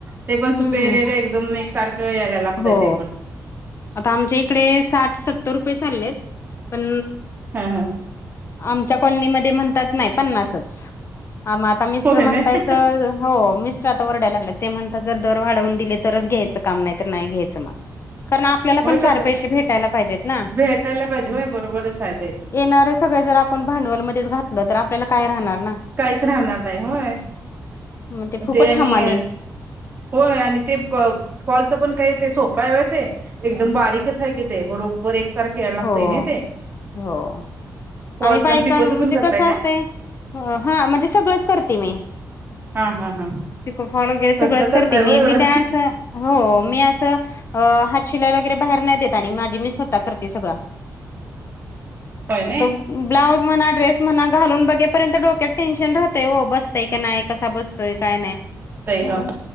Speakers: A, on the right (about 30°); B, on the left (about 40°).
A: ते पण
B: हम्म
A: सुपेरेरे एकदम एकसारखं यायला लागतंय
B: हो
A: ते पण.
B: आता आमच्या इकडे साठ-सत्तर रुपये चाललेत. पण
A: हा हा.
B: आमच्या कॉलनीमध्ये म्हणतात नाही पन्नासच. आ मग आता मिस्टर
A: होय
B: म्हणतायत.
A: नाही
B: हो मिस्टर आता वरडायला लागलेत. ते म्हणता जर दर वाढवून दिले, तरच घ्यायचं काम. नाही तर नाही घ्यायचं मग. कारण आपल्याला
A: होय
B: पण चार
A: कसं
B: पैसे भेटायला पाहिजेत ना.
A: भेटायला पाहिजे होय बरोबरच आहे ते.
B: येणारे सगळे जर आपण भांडवलमध्येच घातलं. तर आपल्याला काय राहणार ना.
A: काहीच राहणार नाही होय,
B: मग फुकट
A: ते आणि
B: हमाली
A: होय आणि ते फॉलच पण काही ते सोप हाय वय ते. एकदम बारीक कच हाय ते. बरोबर एक सारखे यायलागतय
B: हो
A: नाही ते.
B: हो.
A: फॉलच
B: आणि बायका
A: पिकोचं
B: म्हणजे
A: पण करताय
B: कसं
A: का
B: असतय, हा म्हणजे सगळंच करते मी.
A: हा, हा, हा.
B: पिको-फॉल वगैरे
A: कसं
B: सगळंच
A: करताय
B: करते
A: हो
B: मी.
A: एवढं
B: मी काय असं हो मी असं अ हातशिलाईला वगैरे बाहेर नाही देत. आणि माझी मी स्वतः करते सगळं.
A: होय नाही
B: उत्तम. ब्लाउज म्हणा, ड्रेस म्हणा, घालून बघेपर्यंत डोक्यात टेन्शन राहतय ओ. बसतय का नाय? कसा बसतोय काय नाय.
A: राहतय
B: हम्म,
A: ह